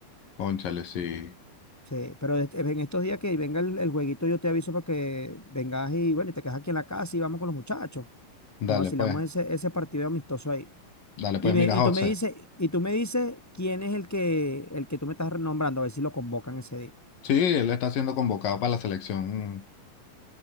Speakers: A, on the left; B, in the centre.
A: Cónchale, sí.
B: Sí, pero este- en estos días que venga el, el jueguito yo te aviso para que vengas y bueno, y te quedas aquí en la casa y vamos con los muchachos.
A: Dale
B: Nos vacilamos
A: pues,
B: ese, ese partido amistoso ahí.
A: dale
B: Y,
A: pues,
B: me,
A: mira,
B: y
A: José.
B: tú me dices, y tú me dices quién es el que, el que tú me estás nombrando, a ver si lo convocan ese día.
A: Sí, él está siendo convocado para la selección,